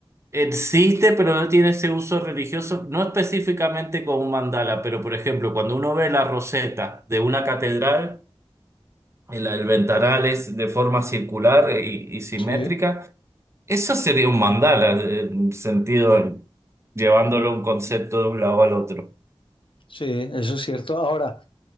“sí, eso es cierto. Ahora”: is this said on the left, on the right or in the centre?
Left